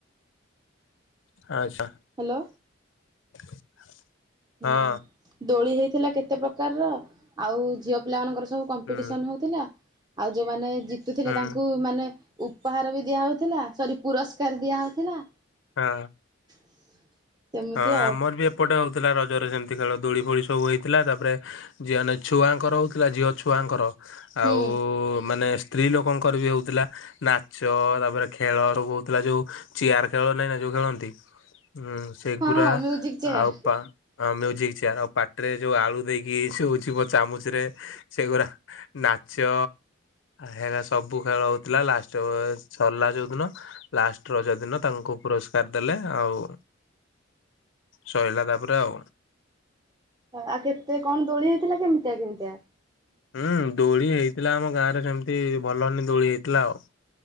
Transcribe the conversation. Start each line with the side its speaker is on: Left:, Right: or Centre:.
Left: ଆଚ୍ଛା।
Right: ହ୍ୟାଲୋ।
Left: <unintelligible>
Right: ହୁଁ
Left: ହଁ
Right: ଦୋଳି ହେଇଥିଲା କେତେ ପ୍ରକାରର ଆଉ ଝିଅ ପିଲା ମାନଙ୍କର ସବୁ କମ୍ପିଟିସନ
Left: ହୁଁ
Right: ହଉଥିଲା ଆଉ ଯୋଉମାନେ ଜିତୁଥିଲେ
Left: ହୁଁ
Right: ତାଙ୍କୁ ମାନେ ଉପହାର ବି ଦିଆ ହଉଥିଲା ସରି ପୁରସ୍କାର ଦିଆ ହଉଥିଲା।
Left: ହଁ।
Right: <unintelligible>
Left: ହଁ ଆମର
Right: ଆଉ
Left: ବି ଏପଟେ ହଉଥିଲା ରଜରେ ସେମତି ଖେଳ ଦୋଳି ଫୋଳି ସବୁ ହେଇଥିଲା ତାପରେ ଝିଅ ନାଇ ଛୁଆଙ୍କର ହଉଥିଲା ଝିଅ ଛୁଆଙ୍କର ଆଉ
Right: ହୁଁ
Left: ମାନେ ସ ସ୍ତ୍ରୀ ଲୋକଙ୍କର ବି ହଉଥିଲା। ନାଚ ତାପରେ ଖେଳ ସବୁ ହଉଥିଲା ଯୋଉ ଚିୟାର ଖେଳ ନାଇଁ ନାଁ ଯୋଉ ଖେଳନ୍ତି। ହୁଁ ସେଗୁରା
Right: ହଁ ହଁ ମ୍ୟୁଜିକ ଚେୟାର
Left: ଆଉ ପା ମ୍ୟୁଜିକ୍ ଚେୟାର ଆଉ ପାଟିରେ ଯୋଉ ଆଳୁ ଦେଇକି ସେ ହୁଚି କଣ୍ ଚାମଚ ରେ ସେଗୁଡ଼ା ନାଚ ହେରା ସବୁ ଖେଳ ହଉଥିଲା ଲାଷ୍ଟ ବ୍-ସରିଲା ଯୋଉଦିନ। ଲାଷ୍ଟ ରଜ ଦିନ ତାଙ୍କୁ ପୁରସ୍କାର ଦେଲେ ଆଉ। ସଇଲା ତାପରେ ଆଉ।
Right: ଆଉ କେତେ କଣ ଦୋଳି ହେଇଥିଲା କେମତିଆ କେମତିଆ?
Left: ହୁଁ ଦୋଳି ହେଇଥିଲା ଆମ ଗାଁ ରେ ସେମତି ଭଲ ଭଲ ଦୋଳି ହେଇଥିଲା ଆଉ।